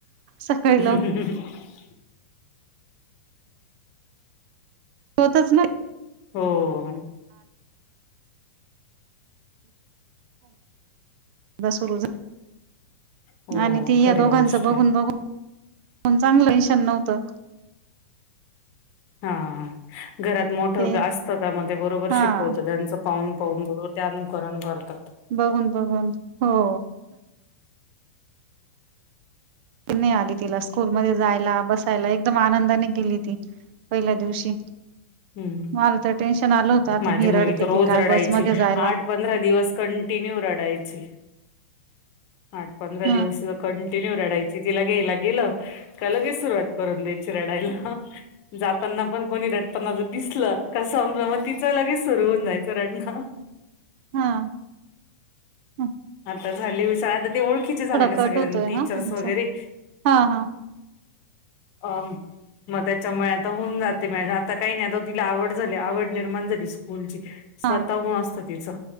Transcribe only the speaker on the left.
<inaudible>
हो. हो.
हो
खरी
गोष्ट
आहे
हा, घरात मोठं
असतं का मग ते बरोबर
शिकवतं त्यांच पाहून पाहून बरोबर ते अनुकरण करतात.
हम्म
माझी
मुलगी
तर रोज
रडायची
आठ पंधरा दिवस कंटिन्यू रडायचे आठ पंधरा
दिवस कंटिन्यू रडायची, तिला घ्यायला गेलं का लगेच सुरुवात करून द्यायची रडायला. जाताना पण कोणी रडताना जर दिसलं, का समजा म तिचं लगेच सुरू हुन जायचं रडणं.
आता झाले <unintelligible> आता ते ओळखीचे झाले ना
टीचर्स
वगैरे.
अम म त्याच्यामुळे आता होऊन जातेे, आता काय नाय आता तिला आवड झाली, आवड निर्माण झाली स्कूलची. स्वतःहून
असतं तिचं,